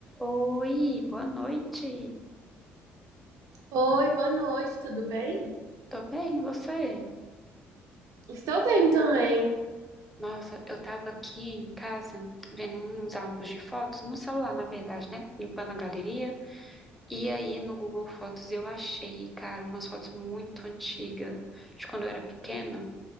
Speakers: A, in the centre; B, on the right (about 60°).
A: Oi, boa noite.
B: Oi, boa noite, tudo bem?
A: Tô bem, e você?
B: Estou bem também.
A: Nossa, eu tava aqui em casa vendo uns álbuns de fotos, no celular, na verdade, né? Limpando a galeria. E aí no Google Fotos eu achei, cara, umas fotos muito antigas, de quando eu era pequena.